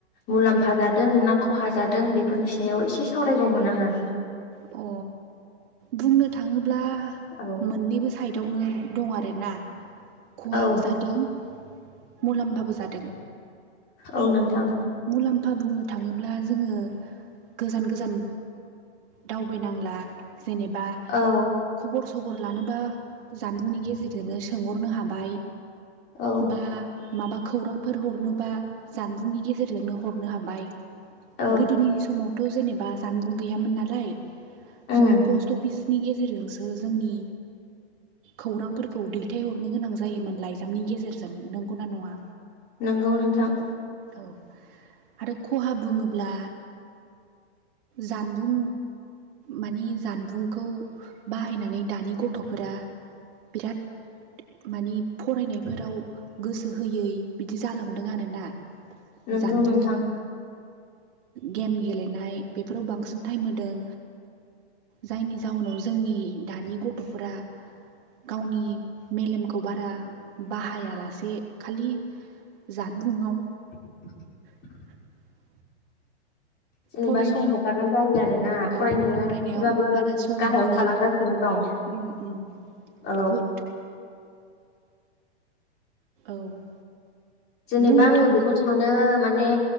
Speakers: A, on the left (about 30°); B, on the right (about 50°).
A: मुलाम्फा जादों ना खहा जादों बेफोरनि सायाव एसे सावरायगौमोन आङो।
B: अ बुंनो थाङोब्ला
A: औ
B: मोननैबो साइडआवनो दं आरोना। खहाबो
A: औ
B: जादों मुलाम्फाबो जादों।
A: औ नोंथां
B: मुलाम्फा बुंनो थाङोब्ला जोङो गोजान गोजान दावबायनांला जेनेबा
A: औ
B: खब खबर लानोबा जानबुंनि गेजेरजोंनो सोंहरनो हाबाय
A: औ
B: बा माबा खौरांफोर हरनोबा जानबुंनि गेजेरजोंनो हर। हरनो हाबाय
A: औ
B: गोदोनि समावथ' जेनेबा जानबुं गैयामोन नालाय
A: उम
B: जोङो पस्ट अफिसनि गेजेरजोंसो जोंनि खौरांफोरखौ दैथायहरनो गोनां जायोमोन लाइजामनि गेजेरजों नंगौना नङा
A: नंगौ नोंथां।
B: औ आरो खहा बुङोब्ला जानबुं माने जानबुंखौ बाहायनानै दानि गथ'फोरा बिराद। मानिे फरायनायफोराव गोसो होयै बिदि जालांदों आरोना।
A: नोंगौ
B: जानबुंआव
A: नोंथां।
B: गेम गेलेनाय बेफोराव बांसिन टाइम होदों। जायनि जाउनाव जोंनि दानि गथ'फोरा गावनि मेलेमखौ बारा बाहायालासे खालि जानबुंआव
A: <unintelligible>
B: <unintelligible>
A: जेनेबा
B: फरायनायाव
A: सम हगारनाय जायो आरोना
B: औ
A: फरायनाया
B: औ फरायनायाव
A: एसेबाबो
B: बारा सम
A: गाहायाव
B: होआ।
A: थालांगासिनो दं
B: उ उ
A: औ
B: बहुत औ
A: जेनेबा
B: बुंनो
A: आंबो
B: थाङो
A: बेखौनो सानो माने